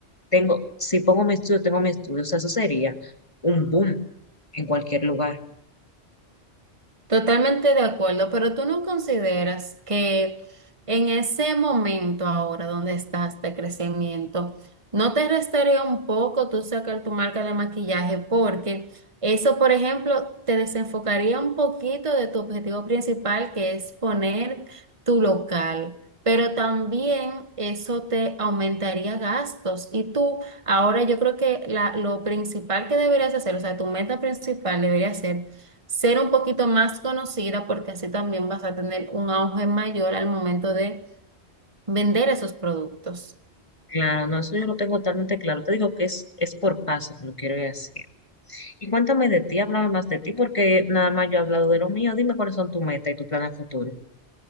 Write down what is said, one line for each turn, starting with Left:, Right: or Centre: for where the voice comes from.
Left: Tengo, si pongo mi estudio, tengo mi estudio. O sea, eso sería un boom en cualquier lugar.
Right: Totalmente de acuerdo, pero tú no consideras que en ese momento ahora donde estás de crecimiento, ¿no te restaría un poco tú sacar tu marca de maquillaje? Porque eso, por ejemplo, te desenfocaría un poquito de tu objetivo principal, que es poner tu local, pero también eso te aumentaría gastos. Y tú, ahora yo creo que la- lo principal que deberías hacer, o sea, tu meta principal debería ser ser un poquito más conocida porque así también vas a tener un auge mayor al momento de vender esos productos.
Left: Claro, no, eso yo lo tengo totalmente claro. Te digo que es, es por paso que lo quiero ir haciendo. Y cuéntame de ti, háblame más de ti, porque nada más yo he hablado de lo mío. Dime cuáles son tus metas y tu plan a futuro.